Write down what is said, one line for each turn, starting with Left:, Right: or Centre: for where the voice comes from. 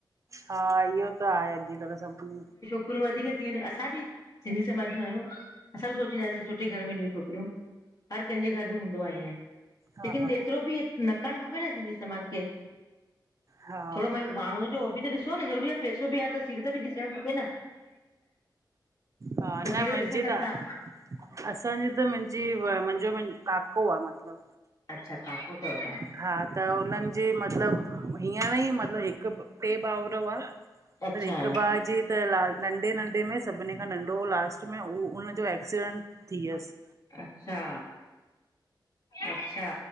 Right: हा, इहो त आहे अॼकल्ह सभु।
Left: कुछ वधीक थी वञे, असां बि सिंधी समाज ज्यूं आयूं असां बि सोचींदासीं सुठे घर में ॾयूं छोकिरयूं। हर कंहिंजे घर में हूंदो आ ईंअं।
Right: हा
Left: लेकिन एतरो बि न करण खपे न, सिंधी समाज खे।
Right: हा
Left: थोड़ो भई माण्हूंअं जो हो बि त ॾिसो न, ज़रूरी आहे पैसो बि आहे त सीरत बि ॾिसण खपे न,
Right: हा
Left: त
Right: न
Left: सीरत
Right: मुंहिंजी
Left: ॾिसन नथा।
Right: त असांजी त मुंजी, मुंजो काको आ मतलब।
Left: अच्छा काको तव?
Right: हा त हुनन जे मतलब, हींअर ई मतलब हिक ट्रे भाउर हुआ।
Left: अच्छा
Right: पर हिक भा जे त ला, नंढ़े नंढ़े में सभिन खां नंढ़ो हो लास्ट में, ऊ उनजो एक्सीडेंट थी व्यस।
Left: अच्छा अच्छा